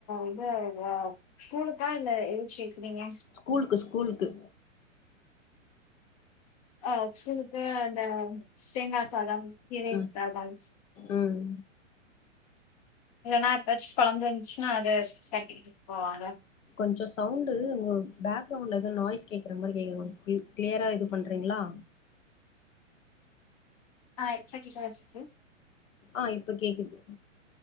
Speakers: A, on the left (about 30°); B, on the left (about 90°).
A: இத ஸ்கூலுக்கா இல்ல எதுக் கேக்குறீங்க
B: ஸ்கூலுக்கு ஸ்கூலுக்கு
A: அ ஸ்கூலுக்கு இந்த தேங்காசாதம் கீரை
B: அ
A: சாதம்
B: ம்
A: இல்லன்னா எப்பயாச்சும் கொழம்பு இருந்துச்சுன்னா அத கட்டிகிட்டு போவாங்க
B: கொஞ்சோ சவுண்டு உங்க பேக்கிரவுண்ட்ல எதோ நாய்ஸ் கேக்குற மாறி கேக்குது கொஞ்சோ கிளியரா இது பண்றீங்ளா
A: அ இப்ப கேக்குதா சிஸ்டர்
B: ஆ இப்ப கேக்குது